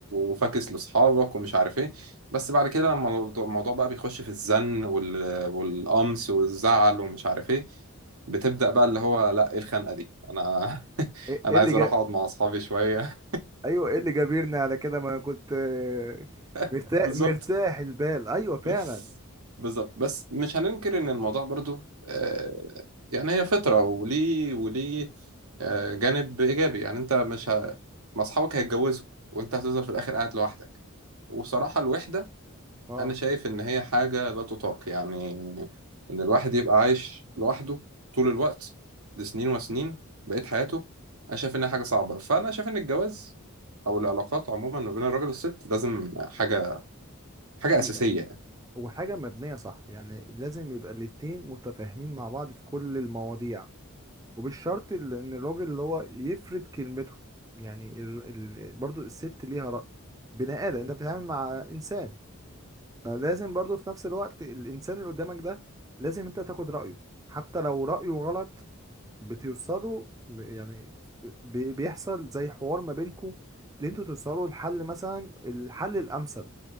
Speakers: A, on the right (about 85°); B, on the right (about 15°).
A: وفاكس لاصحابك ومش عارف ايه بس بعد كده لما الموضوع الموضوع بقى بيخش في الزن وال... والقمص والزعل ومش عارف ايه بتبدأ بقى اللي هو لا ايه الخنقة دي انا <laughs>
B: ايه
A: انا
B: إيه اللي
A: عايز
B: جا...
A: اروح اقعد مع اصحابي شوية
B: ايوه ايه اللي جابرنا على كده ما انا كنت آه، مرتاح
A: <laughs> بالظبط
B: مرتاح البال ايوه فعلا
A: <laughs> بالظبط بس مش هننكر ان الموضوع برضو آه، يعني هي فطرة وليه وليه آه، جانب ايجابي يعني انت مش ه... ما اصحابك هيتجوزوا وانت هتفضل في الاخر قاعد لوحدك وصراحة الوحدة
B: اه
A: انا شايف ان هي حاجة لا تطاق يعني ان الواحد يبقى عايش لوحده طول الوقت دي سنين وسنين بقيت حياته انا شايف انها حاجة صعبة فانا شايف ان الجواز او العلاقات عموما ما بين الراجل والست لازم حاجة حاجة
B: هي
A: أساسية
B: وحاجه مبنيه صح يعني لازم يبقى الاتنين متفاهمين مع بعض في كل المواضيع وبالشرط ال- ان الراجل اللي هو يفرد كلمته يعني ال... ال... برضو الست ليها رأي بني ادم انت بتتعامل مع انسان فلازم برضو في نفس الوقت الانسان اللي قدامك ده لازم انت تاخد رأيه حتى لو رأيه غلط بتوصلوا ب- يعني بي- بيحصل زي حوار ما بينكوا اللي انتوا توصلوا لحل مثلا الحل الامثل